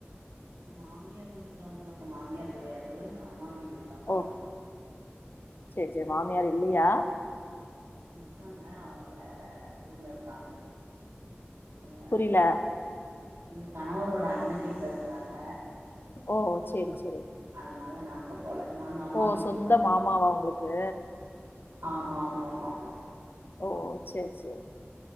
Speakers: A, on the right (about 75°); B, on the left (about 60°).
A: மாமியார் வீட்டுக்கெல்லா போலங்க மாமியார் கெடையாது அம்மா வீட்டுக்குதான் போனோ
B: ஓ சேரி சேரி மாமியார் இல்லயா
A: ம் இருக்காங்க அவங்க வேற ஊர்ல இருக்காங்க எங்க
B: புரில
A: எங்க கணவரோட அண்ண வீட்ல இருக்கறாங்க
B: ஓ சேரி சேரி
A: அதுனால நாங்க போல நாங்க அம்மா
B: ஓ
A: வீட்டுக்கு
B: சொந்த
A: தா
B: மாமாவா உங்களுக்கு
A: ஆ மா மா மா மா
B: ஓ சேரி சேரி